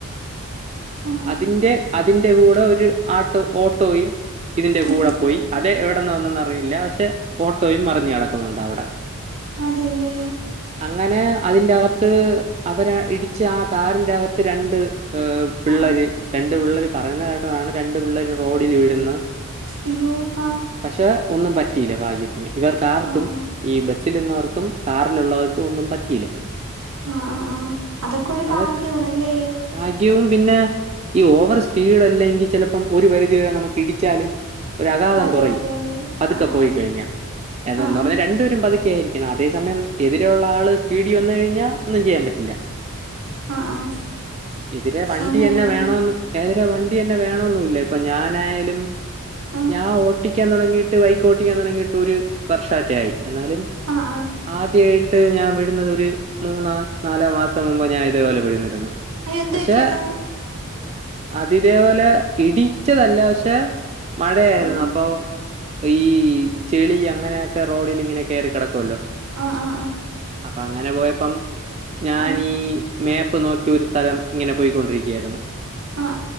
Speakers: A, on the right; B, on the right.
A: ആഹ് ആഹ് ആഹ് ആഹ്
B: അതിറെ അതിറെ കൂടെ ഒരു ആട്ടോ ഓട്ടോയും ഇതിന്റെ
A: ഉം
B: കൂടെ പോയി അതെ എവിടെന്ന് വന്നെന്നറിയില്ല പക്ഷെ ഓട്ടോയും മറിഞ്ഞ കടക്കുന്നുണ്ട് അവിടെ
A: അതല്ലേ
B: അങ്ങനെ അതിന്റെ അകത്ത് അവര് ഇടിച്ച് ആ കാറിന്റെ അകത്ത് രണ്ട് ഏ പിള്ളര്
A: ആഹ് ആഹ്
B: രണ്ടു പിള്ളര് പറയുന്നതായിട്ടാണ് രണ്ടു പിള്ളേര് റോഡിൽ വിടുന്നത്
A: അയ്യോ ഹാ
B: പക്ഷെ ഒന്നും പറ്റിയില്ല ഭാഗ്യത്തിന് ഇവർക്ക് ആർക്കും
A: ആഹ് ആഹ്
B: ഈ ബസ്സിൽ നിന്നവർക്കും കാറിലുള്ളവർക്ക് ഒന്നും പറ്റിയില്ല.
A: ആ ആഹ് അതൊക്കൊരു
B: അതൊക്കെ
A: ഭാഗ്യാണല്ലേ
B: ഭാഗ്യവും പിന്നെ ഈ ഓവറ് സ്പീഡ് അല്ലെങ്കിൽ ചിലപ്പം ഒരു പരിധിവരെ നമുക്ക് ഇടിച്ചാലും ഒരു അഘാധം
A: അതെ
B: കൊറയും
A: അതെ അതെ
B: പതുക്കെ
A: ആഹ്
B: പോയി
A: ആഹ്
B: കഴിഞ്ഞ അതെന്ന്
A: ആഹ്
B: പറഞ്ഞാ
A: ആഹ്
B: രണ്ടുപേരും പതു ക്കെ ആയിരിക്കണം. അതേ സമയം എതിരെയുള്ള ആള് സ്പീഡീ വന്ന് കഴിഞ്ഞാ ഒന്നും ചെയ്യാൻ പറ്റില്ല.
A: ആഹ് ആഹ്
B: എതിരെ വണ്ടിയന്നെ
A: അങ്ങനെല്ലേ
B: വേണോന്ന് ഏതരെ വണ്ടിയന്നെ വേണോന്നുല്ല. ഇപ്പൊ ഞാനായാലും
A: ആഹ്
B: ഞാൻ ഓട്ടി ക്കാൻ തുടങ്ങിട്ട് ബൈക്കോട്ടിക്കാൻ തൊടങ്ങിട്ട് ഒരു വർഷാറ്റേ ആയി എന്നാലും
A: ആഹ് ആഹ്
B: ആദ്യായിട്ട് ഞാൻ വിഴുന്നത് ഒരു മൂന്നോ നാലോ മാസം മുമ്പ് ഞാൻ ഇതേപോലെ വീഴ്ന്നിരുന്നു.
A: അയ്യോ എന്ത്
B: പക്ഷെ
A: പറ്റിയതാ
B: അത് ഇതേപോലെ ഇടിച്ചതല്ല പക്ഷെ മഴയായിരുന്നു
A: ആഹ്
B: അപ്പൊ ഈ ചെളി അങ്ങനെയൊക്കെ റോഡിലിങ്ങനെ കേറി കെടക്കോല്ലോ
A: ആ ആഹ്
B: അപ്പൊ അങ്ങനെ പോയപ്പം ഞാനീ
A: ആഹ്
B: മേപ്പ് നോ ക്കി ഒരു സ്ഥലം ഇങ്ങനെ പോയിക്കൊണ്ടിരിക്കായിരുന്നു.
A: ആഹ്